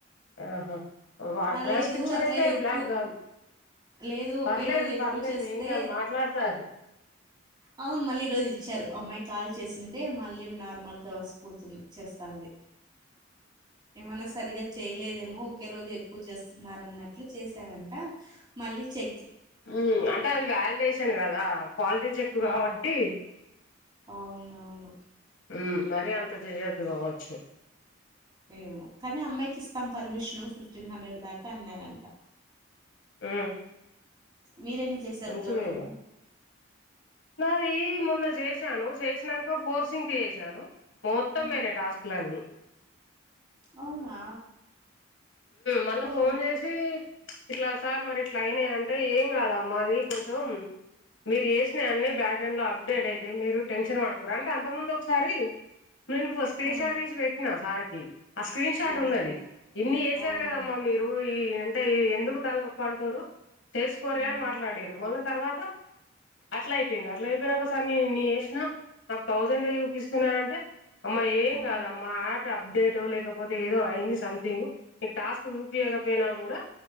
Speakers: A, on the left; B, on the right.
A: ఆహా వా ట్రాన్స్క్రిప్షన్
B: లేదు అట్లా
A: అయితే
B: ఎక్కువ
A: బ్లాక్ గాదు
B: లేదు ఒకే
A: పర్లేదు
B: రోజు ఎక్కువ
A: పర్లేదు
B: చేస్తే
A: ఏం కాదు మాట్లాడుతారు
B: అవును మళ్ళీ ఈ రోజు ఇచ్చారు అమ్మాయి కాల్ చేసింటే మళ్ళీ నార్మల్ గా వస్ పోతుంది చేస్తాంది ఏమన్నా సరిగా చేయలేదేమో ఒకే రోజు ఎక్కువ చేస్తున్నారన్నట్లు చేసారంట మళ్ళీ చె
A: ఊ అంటే అది వ్యాలిడేషన్ కదా క్వాలిటీ చెక్ కావట్టి
B: ఉమ్, అవునవును
A: ఉమ్ మరీ అంత చెయ్యద్దు కావచ్చు
B: ఏమో కానీ అమ్మాయికి ఇస్తాం పర్మిషను ఫిఫ్టీన్ హండ్రెడ్ దాకా అన్నారంట
A: ఊ
B: మీరెన్ని చేశారు
A: మంచిదేగా
B: టోటల్
A: నాది మొన్న చేసాను చేసినంక ఫోర్సింక్ చేసాను మోత్తం
B: ఉమ్,
A: పోయినాయి టాస్క్ లన్నీ
B: అవునా
A: మళ్ళా
B: ఓ
A: ఫోన్ చేసి ఇట్లా సార్ మరి ఇట్లా అయినాయి అంటే ఏం కాదమ్మ మాది కొంచెం మీరు ఏసిన అన్ని బాక్ దాన్లో అప్డేట్ అయితే మీరు టెన్షన్ పడకురి అంటే అంత ముందు ఒకసారి మేం ఫ స్క్రీన్షాట్
B: ఆ ఆ,
A: తీస్ పెట్ నా సార్ కి ఆ స్క్రీన్ షాట్
B: అవును
A: ఉన్నది ఇన్ని ఏసారు
B: అవును
A: కదమ్మా మీరు ఈ అంటే ఈ ఎందుకు తలనొప్ప అంటురు చేసుకోర
B: ఆ
A: అని మాట్లాడీరు మళ తర్వాత అట్లా అయిపోయింద అట్లా అయిపోయినాక సార్ నే ఇనీ ఏసినా నాకు థౌసండ్ ఏ చూపిస్తున్నది అంటే అమ్మా ఏం
B: ఆ ఆ ఆ
A: కాదమ్మా యాప్ అప్డేట్ లేకపోతే ఏదో అయింది సంథింగ్ మీ టాస్క్ చూపియకపోయినా కూడా